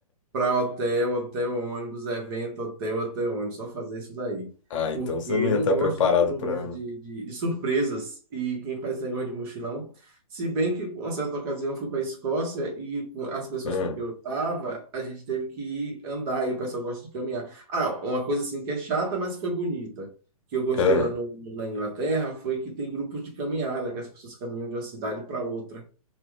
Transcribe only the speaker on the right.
para hotel, hotel, ônibus, evento, hotel, hotel, ônibus, só fazer isso daí.
Porque
eu
não
gosto,
eu não
gosto de, de, de surpresas. E quem faz esse negócio de mochilão se bem que, com certa ocasião, eu fui para a Escócia e com as pessoas
com que eu estava, a gente teve que ir andar e o pessoal gosta de caminhar. Ah, uma coisa assim que é chata, mas foi bonita, que eu gostei
lá no, na Inglaterra, foi que tem grupos de caminhada, que as pessoas caminham de uma cidade para outra.